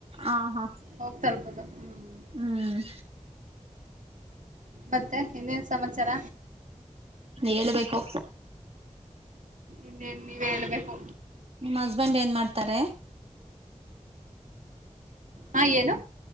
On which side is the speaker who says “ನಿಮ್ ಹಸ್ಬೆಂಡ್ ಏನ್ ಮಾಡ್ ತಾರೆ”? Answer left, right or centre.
Right